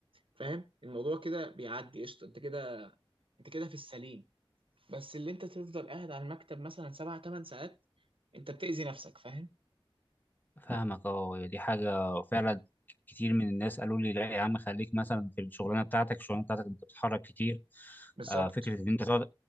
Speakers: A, on the right (about 65°); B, on the left (about 20°).
A: فاهم الموضوع كده بيعدي قشطه انت كده انت كده في السليم بس اللي انت تفضل قاعد على المكتب مثلا سبع ثمان ساعات انت بتأذي نفسك فاهم
B: فاهمك اه دي حاجة فعلا كتير من الناس قالوا لي لا يا عم خليك مثلا في الشغلانة بتاعتك الشغلانة بتاعتك انت بتتحرك كتير
A: بالظبط
B: آه فكرة ان انت تقعد